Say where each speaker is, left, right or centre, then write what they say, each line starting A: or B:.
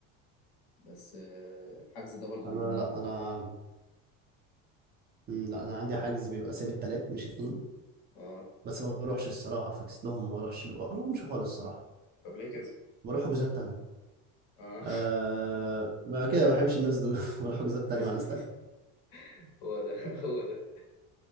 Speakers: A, on the left; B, on the right.
A: بس آه، الحجز ده برضو
B: انا
A: بيدمرني
B: لا انا مم، لا انا عندي حجز بيبقى ثابت تلات مش اتنين
A: اه
B: بس ما بروحش الصراحه فاكس لهم ما بروحش ما بروحش خالص الصراحه
A: طب ليه كده
B: بروح حجوزات تانية
A: اه
B: آه ما كده ما بحبش الناس دول <laughs> بروح حجوزات تانية
A: <laughs>
B: مع ناس تانية
A: هو ده هو ده